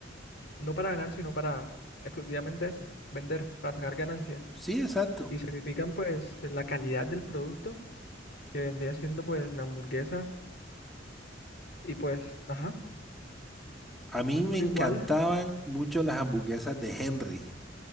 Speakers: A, on the left (about 55°); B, in the centre.
A: no para ganar, sino para exclusivamente eso, vender, para sacar ganancias.
B: Sí, exacto.
A: Y sacrifican pues la calidad del producto, que vendría siendo pues la hamburguesa. Y pues, ajá,
B: A mí me
A: pero
B: encantaban
A: igual,
B: mucho las hamburguesas de Henry